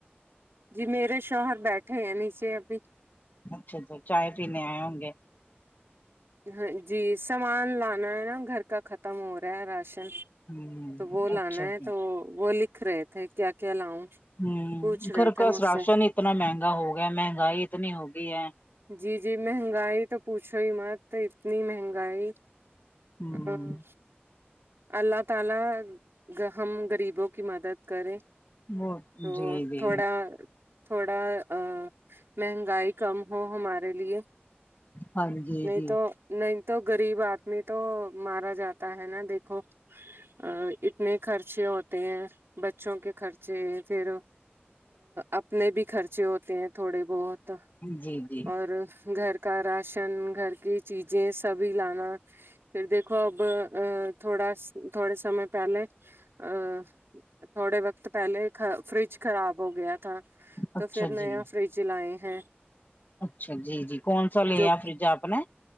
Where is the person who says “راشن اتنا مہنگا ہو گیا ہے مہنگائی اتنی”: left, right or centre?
Left